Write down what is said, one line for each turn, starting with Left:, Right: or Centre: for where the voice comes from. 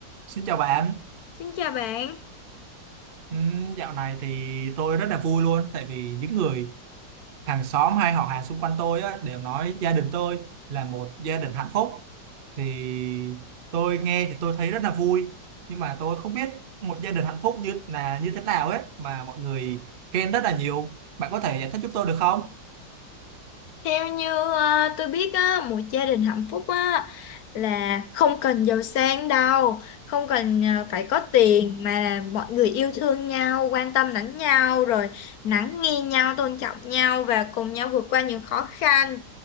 Right: Xin chào bạn.
Left: Xin chào bạn.
Right: Ừm, dạo này thì tôi rất là vui luôn tại vì những người hàng xóm hay họ hàng xung quanh tôi á, đều nói gia đình tôi là một gia đình hạnh phúc. Thì tôi nghe thì tôi thấy rất là vui nhưng mà tôi không biết một gia đình hạnh phúc như là như thế nào ấy mà mọi người khen rất là nhiều. Bạn có thể giải thích giúp tôi được không?
Left: Theo như ờ, tôi biết á, một gia đình hạnh phúc á là không cần giàu sang đâu, không cần ờ, phải có tiền mà là mọi người yêu thương nhau, quan tâm lẫn nhau rồi lắng nghe nhau, tôn trọng nhau và cùng nhau vượt qua những khó khăn,